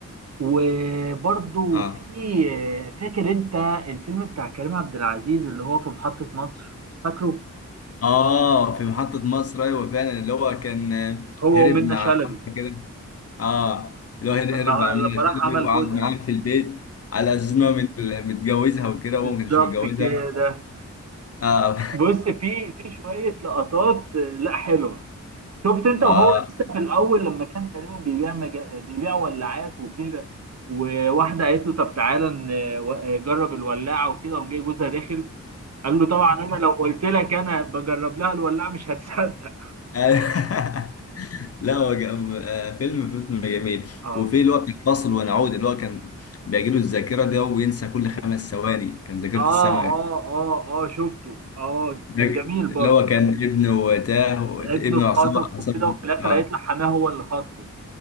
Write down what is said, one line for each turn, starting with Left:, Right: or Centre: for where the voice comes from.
Right: وبرضو
Left: اه
Right: في فاكر انت الفيلم بتاع كريم عبد العزيز اللي هو في محطة مصر فاكره
Left: اه في محطة مصر ايوه فعلا اللي هو كان آه،
Right: هو
Left: هرب
Right: ومنة
Left: مع
Right: شلبي
Left: واحدة كده اه اللي هو هرب
Right: لما
Left: هرب مع
Right: لما
Left: منى شلبي
Right: راح عمل
Left: وقعد
Right: جوزها
Left: معاها في البيت على اساس ان هو مت- متجوزها وكده
Right: بالظبط
Left: وهو ما كانش متجوزها
Right: كده
Left: اه
Right: بص في في شوية لقطات لا حلوة
Left: <laughs>
Right: شفت انت
Left: اه
Right: وهو لسه في الاول لما كان تقريبا بيبيع مج... بيبيع ولاعات وكده وواحدة قالت له طب تعالى ن- و- جرب الولاعة وكده قام جاي جوزها داخل قال له طبعا انا لو قلت لك انا بجرب لها الولاعة مش هتصدق
Left: <laughs> لا هو جم- آه، فيلم فيلم جميل
Right: اه
Left: وفي اللي هو بتاع فاصل ونعود اللي هو كان بيجيله الذاكرة ده وينسى كل خمس ثواني كان ذاكرة
Right: اه
Left: السمع
Right: اه اه اه شفته اه
Left: ده
Right: كان جميل برضه
Left: اللي هو كان ابنه تاه
Right: ابنه
Left: ابنه
Right: اتخطف
Left: عصابة عصابة
Right: وكده وفي الاخر
Left: اه
Right: هيطلع حماه هو اللي خاطفه